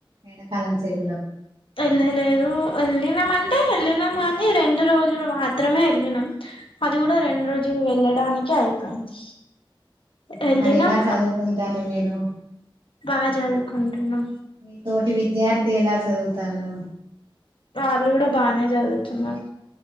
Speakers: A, on the right; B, on the left.
A: ఎండా కాలం సెలవులకు
B: ఎల్లలేదు వెళ్ళినాం అంటే ఎళ్ళినాము గాని రెండు రోజులు మాత్రమే ఎళ్ళినాం అది
A: అవునా
B: కూడా రెండు రోజులు వెళ్ళడానికే అయిపోయింది వెళ్ళినాం
A: మరి ఎలా చదువుకుంటారు మీరు
B: బా చదుకుంటున్నా
A: మీ తోటి విద్యార్థి ఎల చదువుతాన
B: వాళ్ళు కూడ బానే చదువుతున్నారు